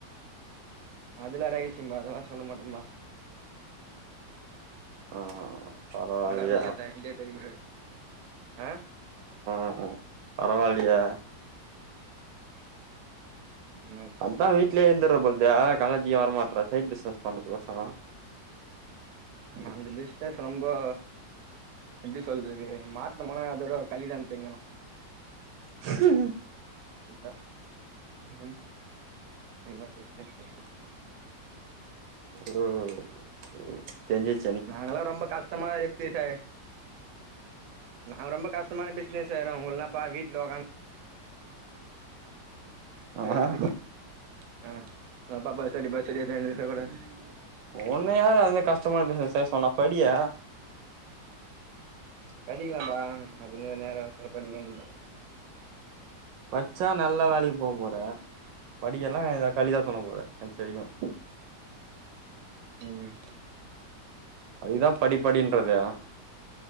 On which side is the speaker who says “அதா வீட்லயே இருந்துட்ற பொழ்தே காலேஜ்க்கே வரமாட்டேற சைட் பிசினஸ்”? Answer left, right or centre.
Right